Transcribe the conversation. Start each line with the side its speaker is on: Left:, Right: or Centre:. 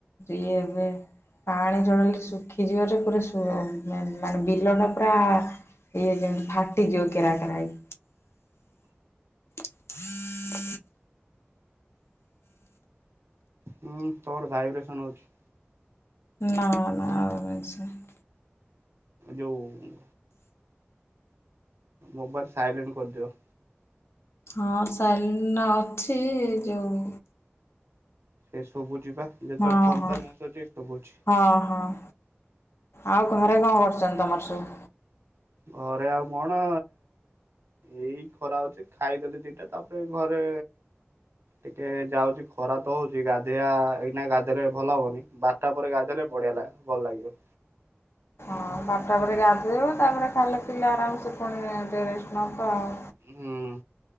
Left: ଇଏ ହେବେ ପାଣି ଟୋଟାଲି ଶୁଖିଯିବାରୁ ପୁରା ସୁ ମାନେ ବିଲ ଟା ପୁରା ଇଏ ଜେମିତି ଫାଟିଯିବ କେରାକେରା ହେଇ। <unintelligible>
Right: ହୁଁ, ତୋର ଭାଇବ୍ରେସନ ହଉଛି?
Left: ନା ନା ଆ <unintelligible>
Right: ଯଉ <unintelligible> ମୋବାଇଲ ସାଇଲେଣ୍ଟ କରିଦିଅ?
Left: ହଁ ସାଇଲେଣ୍ଟ ଅଛି। ଯୋଉଁ
Right: ଏ ସବୁ ଯିବା, ଯେତେବେଳେ
Left: ହଁ
Right: ଫୋନ
Left: ହଁ
Right: ଫାନ ଆସୁଛି ଶୁଭୁଛି।
Left: ହଁ, ହଁ। ଆଉ ଘରେ କଣ କରୁଛନ୍ତି? ତମର ସବୁ?
Right: ଘରେ ଆଉ କଣ ଏଇ ଖରା ହଉଛି, ଖାଇଦେଲିଦିଟା ତାପରେ ଘରେ ଟିକେ ଯାଉଚି ଖରା ତ ହଉଛି ଗାଧୋଇବା, ଏଇନା ଗାଧେଇଲେ ଭଲ ହବନି। ବାର ଟା ପରେ ଗାଧେଇଲେ ବଢିଆଲାଗେ ଭଲ ଲାଗିବ।
Left: ହଁ, ବାରଟା ପରେ ଗାଧେଇବ, ତାପରେ ଖାଇଲେ ପିଇଲେ ଆରାମସେ ପୁଣି ରେଷ୍ଟେ ନବା ଆଉ,
Right: ହୁଁ।